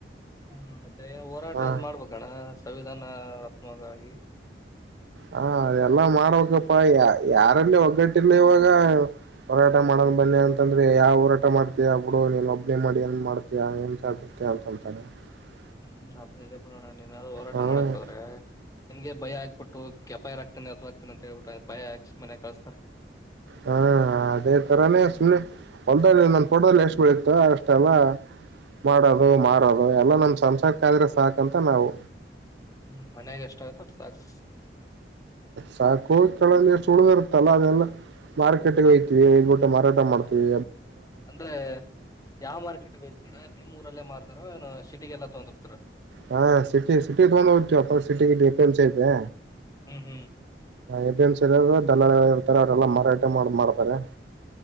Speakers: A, on the left; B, on the right.
A: ಹ್ಮ, ಮತ್ತೇನ ಹೋರಾಟ
B: ಹ
A: ಅದ್ ಮಾಡ್ಬೇಕಣ್ಣ ಸಂವಿಧಾನಾತ್ಮಕವಾಗಿ
B: ಹಾ, ಅದೆಲ್ಲಾ ಮಾಡ್ಬೇಕಪ್ಪಾ ಯಾರಲ್ಲಿ ಒಗ್ಗಟ್ಟಿಲ್ಲ ಇವಾಗ ಹೋರಾಟ ಮಾಡೋ ಬನ್ನಿ ಅಂತಂದ್ರೆ ಯಾವ ಹೋರಾಟ ಮಾಡ್ತೀಯ ಬಿಡು, ನೀನ್ ಒಬ್ನಿ ಮಾಡಿ ಏನ್ ಮಾಡ್ತೀಯ ಏನ್ಸ ತಂತಂತ <unintelligible>
A: ಹ್ಮ್, ಅದನ್ನ ಕೊಡೋಣ ನಾದ್ರು ಹೋರಾಟ
B: ಹ್ಮ್
A: ಮಾಡಕ್ ಹೋದ್ರೆ ನಿನ್ಗೆ ಭಯ ಆಕ್ಬಿಟ್ಟು ಕೆಪಾಯರಾಕ್, ಾಗ್ <unintelligible> ಅಂತೇಳ್ಬಿಟ್ಟೆ ಭಯಾಕ್ಷಿ ಮನೆಗ ಕಳಸ್ತಾರೆ.
B: ಹಾ <unintelligible> ಅದೇ ತರಾನೇ ಸುಮ್ಮನೆ ಹೊಲ್ದ ನನ್ ತೋಟದಲ್ಲಿ ಎಷ್ಟು ಬೆಳೀತ್ತ ಅಷ್ಟೆಲ್ಲಾ ಮಾಡೋದು ಮಾರದು ಎಲ್ಲಾ ನಮ್ ಸಂಸಾರಕ್ಕ ಆದ್ರೆ ಸಾಕಂತ ನಾವು
A: ಹ್ಮ್, ಮನ್ಯಾಗ ಎಷ್ಟ ಆಗುತ್ತ ಅರ್ಸಗ್ತ <unintelligible>
B: ಹಾ, ಕೋವಿಲ್ಲಿ ಎಷ್ಟು ಉಳಗ ಇರುತ್ತಲ್ಲ ಅದೆಲ್ಲ ಮಾರ್ಕೆಟ್ ಹೋಯ್ತಬಿಟ್ಟ ಮಾರಾಟ ಮಾಡತೀವಿ.
A: ಅಂದ್ರೆ ಯಾವ ಮಾರ್ಕೆಟ್ ಹೋಯ್ತರಿ ನಿಮ್ ಊರಲ್ಲೇ ಮಾರ್ತಾರಏನ್ ಸಿಟಿಗೆಲ್ಲ ತಗಂದ ಹೋಗತೀರಾ
B: ಹಾ ಸಿಟಿ ಸಿಟಿ ತಗೊಂಡ್ ಹೋಗ್ತವಿ ಅಪ್ಪಾ ಎಪಿಎಮ್ಸಿ ಐತೆ.
A: ಹ್ಮ್, ಹ್ಮ್
B: ಎಪಿ ಎಂಸ್ ಇರು ದಲ್ಲಾಳ ಇರ್ತಾರೆ. ಅವರೆಲ್ಲ ಮಾರಾಟ ಮಾಡ್ ಮಾಡ್ತಾರೆ.